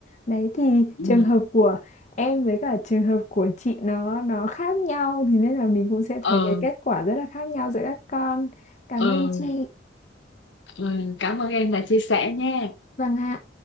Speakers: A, on the left; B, on the left.
A: Đấy thì
B: Ừ.
A: trường hợp của em với cả trường hợp của chị nó nó khác nhau thì nên là mình cũng sẽ
B: ờ
A: thấy cái kết quả rất là khác nhau giữa các con. Cảm
B: ờ
A: ơn chị.
B: Ừ, cảm ơn em đã chia sẻ nha.
A: Vâng ạ.